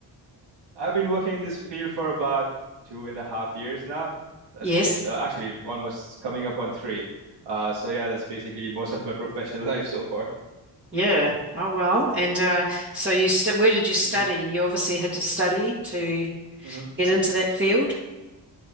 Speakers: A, on the right; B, on the right.
A: I've been working in this field for about two and a half years now. That's
B: Yes.
A: basically uh, actually almost coming up on three. Uh, so yeah, that's basically most of my professional <laughs> life so far.
B: Yeah. Oh well. And uh, so you st where did you study?
A: hmm
B: You obviously had to study to
A: hmm
B: get into that field.